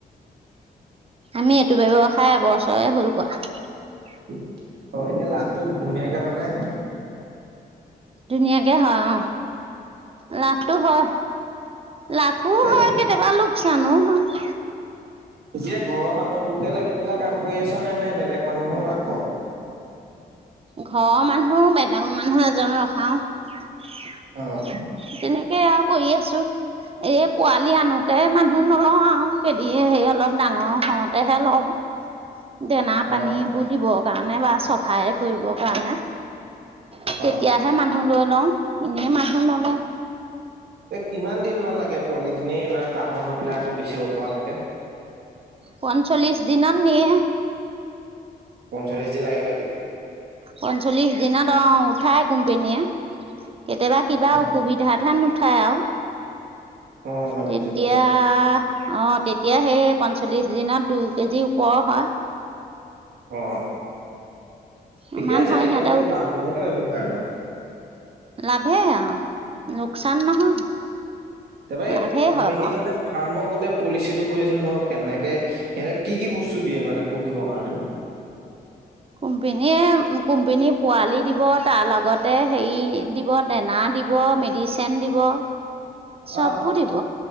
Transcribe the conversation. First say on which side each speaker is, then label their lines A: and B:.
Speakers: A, on the right; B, on the right.
A: আমি এইটো ব্যয়ৱসায় এবছৰে হ'ল কৰা।
B: <inaudible> অ', এনে লাভটো ধুনীয়াকে হয় নে?
A: ধুনীয়াকে হয় অ লাভটো হয়। লাভো
B: এই
A: হয় কেতিয়াবা লোকচানো হয়। <inaudible>
B: নিজে ঘৰৰ মানুহবোৰকে লাগি পেলাই কাম কৰি আছ নে, নে বেলেগ মানুহো ৰাখ'?
A: ঘৰৰ মানুহ। বেদাঙ মানুহ এজনো ৰখাও। তেনেকে
B: অ',
A: আৰু কৰি আছোঁ। এ, পোৱালি আনো তে মানুহ নলও আৰু, কে দিয়ে হেৰি অলপ ডাঙৰ হওঁতেহে লওঁ। দেনা পানী
B: অ',
A: এইবোৰ দিব কাৰণে বা চফাই কৰিবৰ কাৰণে তেতিয়াহে
B: অ'।
A: মানুহ লৈ লওঁ। এনেই মানুহ নলওঁ।
B: এ, কিমান দিন মান লাগে? পোৱালিখিনি ইমান ডাঙৰ হোৱা পেলাই আকৌ বেচিব পৰা লাগে
A: পঞ্চলিছ দিনত নিয়ে।
B: পঞ্চলিছ দিন লাগে নেকি?
A: পঞ্চল্লিছ দিনত, অ', উঠাই কোম্পনীয়ে। কেতিয়াবা কিবা
B: অ',
A: অসুবিধাত হেন ঠাই আও।
B: অ', অ',
A: তেতিয়া
B: বুজি পাইছোঁ।
A: অ', তেতিয়া সেই পঞ্চল্লিশ দিনত দুই কেজি ওপৰ হয়।
B: অ'। ঠিকে
A: ইমান
B: আছে
A: হয়
B: তেতিয়াটো
A: সিহঁতে
B: লাভজনকে ব্যৱসায় আৰু। <inaudible>
A: লাভে আও, লোকচান নহয়।
B: তাৰপা এই
A: লাভেই
B: কোম্পানীয়ে
A: হয় বাৰু
B: মানে ফাৰ্মৰ গোটেই পলিচিটো কৰিচোন ধৰক কেনেকে, সেহেতে কি কি বস্তু দিয়ে মানে পুহিবৰ কাৰণে?
A: কোম্পেনীয়ে, কোম্পনী পোৱালি দিব তাৰ লগতে হেৰি দিব দেনা দিব, মেডিচেন দিব। চববোৰ
B: অ',
A: দিব